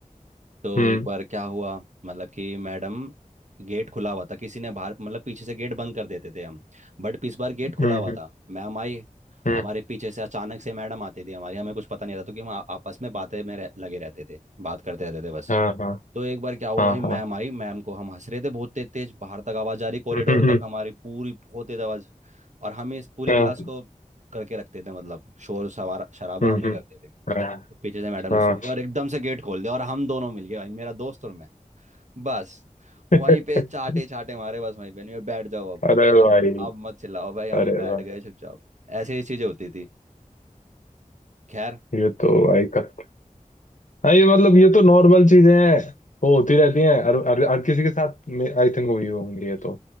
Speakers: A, on the right; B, on the left.
A: तो
B: हम्म
A: एक बार क्या हुआ मतलब कि मैडम गेट खुला हुआ था किसी ने बाहर मतलब पीछे से गेट बंद कर देते थे हम बट इस बार गेट
B: हम्म
A: खुला हुआ
B: हम्म,
A: था मैम आई
B: हम्म,
A: हमारे पीछे से अचानक से मैडम आती थी हमारी हमें कुछ पता नहीं रहता क्योंकि हम आ- आपस में बातें में रह, लगे रहते थे बात करते रहते थे बस
B: हाँ हाँ
A: तो एक बार क्या हुआ
B: हाँ
A: आई मैम
B: हाँ
A: आई मैम को हम हंस रहे थे बहुत तेज तेज बाहर तक आवाज आ रही कॉरिडोर
B: हम्म हम्म,
A: तक
B: हम्म,
A: हमारी पूरी बहुत तेज आवाज और हम इस पूरी
B: हाँ
A: क्लास को करके रखते थे मतलब शोर सवार शराबा
B: हम्म
A: हम ही
B: हम्म,
A: करते थे
B: हाँ
A: तो पीछे से मैडम ने
B: हाँ
A: सुन लिया और एकदम से गेट खोल दिया और हम दोनों मिल गए भाई मेरा दोस्त और मैं बस
B: <laughs>
A: वहीं पे चाटे चाटे मारे बस वहीं पे नहीं बैठ जाओ अब
B: अरे भाई
A: अब मत चिल्लाओ भाई हम
B: अरे
A: बैठ
B: भाई
A: गए चुपचाप ऐसे ही चीजें होती थी खैर
B: ये तो भाई कस हाँ ये मतलब ये तो नॉर्मल चीजें हैं वो होती रहती हैं हर हर, हर किसी के साथ आई थिंक हुई होंगी ये तो